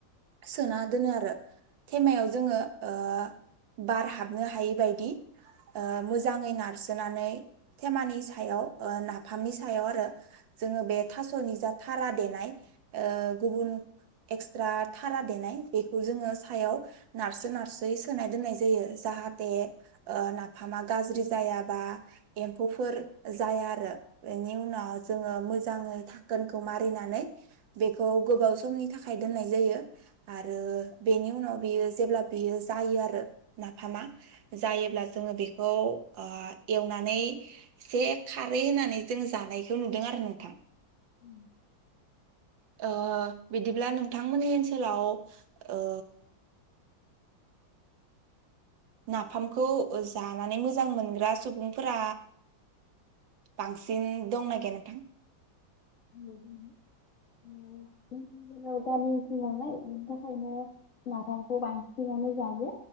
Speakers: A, on the right (about 75°); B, on the left (about 50°).
A: सोना दोनो आरो थेमायाव जोङो ओ बार हाबनो हायै बादि मोजाङै नारस सोनानै थेमानि सायाव ओ नाफामनि सायाव आरो जोङो बे थास'नि जाथ थारा देनाय ओ गुबुन एक्सट्रा थारा देनाय बेखौ जोङो सायाव नारसो नारसोयै सोनाय दोन्नाय जायो जाहाथे ओ नाफामा गाज्रि जाया। बा एम्फौफोर जाया आरो बेनि उनाव जोङो मोजाङै थाखोनखौ मारिनानै बेखौ गोबाव समनि थाखाय दोन्नाय जायो। आरो बेनि उनाव बियो जेब्ला बियो जायो आरो नाफामा जायोब्ला जोङो बेखौ ओ एवनानै एसे खारै होनानै जों जानायखौ नुदों आरो नोंथां।
B: उम।
A: ओ बिदिब्ला नोंथांमोननि ओन्सोलाव ओ नाफामखौ जानानै मोजां मोनग्रा सुबुंफोरा बांसिन दंना गैया नोंथां?
B: औ दङ ओ जोंनि गामि ओन्सोल नालाय ओनि थाखायनो नाफामखौ बांसिनानो जायो